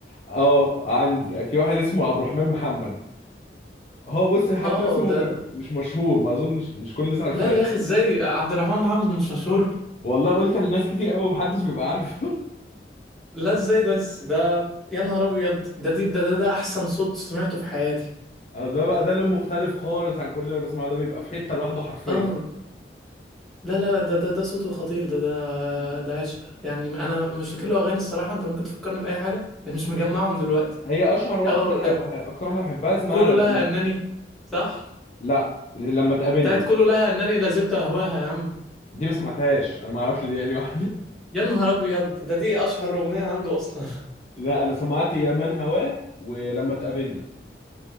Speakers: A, on the left (about 40°); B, in the centre.
A: اه عند في واحد اسمه عبد الرحمن محمد هو بص حتى
B: اه
A: اسمه
B: ده
A: م- مش مشهور ما اظنش مش كل الناس عارفاه
B: لا يا أخي ازاي عبد الرحمن محمد مش مشهور
A: والله قلت لناس كتير قوي محدش بيبقى عارفه
B: لا ازاي ده بس ده يا نهار أبيض ده دي ده, ده ده أحسن صوت سمعته في حياتي
A: آه، ده بقى ده لون مختلف خالص عن كل اللي انا بسمعه ده بيبقى في حته لوحده حرفيا
B: اه لا لا لا ده ده ده صوته خطير ده ده
A: مم.
B: ده عشق يعني انا مش فاكر له اغاني الصراحه انت ممكن تفكرني باي حاجه يعني مش مجمعهم دلوقتي
A: هي اشهر واحده
B: او
A: بح... اكتر واحده بحبها اسمها
B: كله
A: لم...
B: لها انني صح
A: لا لما تقابلنا
B: بتاعت كله لها انني لازلت اهواها يا عم
A: دي ما سمعتهاش انا ما اعرفش دي يعني واحده
B: يا نهار ابيض ده دي اشهر اغنيه عنده اصلا
A: <laughs> لا انا سمعت يا من هواه ولما تقابلنا